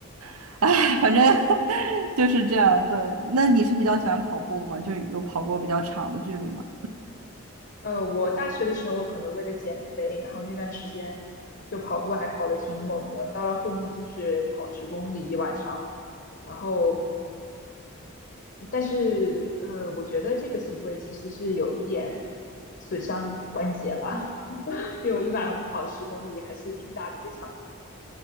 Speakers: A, on the right; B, on the left.
A: <laughs> 哎，反正 <laughs> 就是这样。对，那你是比较喜欢跑步吗？就是有跑过比较长的距离吗？
B: 呃，我大学的时候可能为了减肥，然后那段时间就跑步还跑得挺猛的，到了后面就是跑十公里一晚上。然后，但是呃，我觉得这个行为其实是有一点损伤关节了，<laughs> 因为我一晚上跑十公里还是挺大的一个强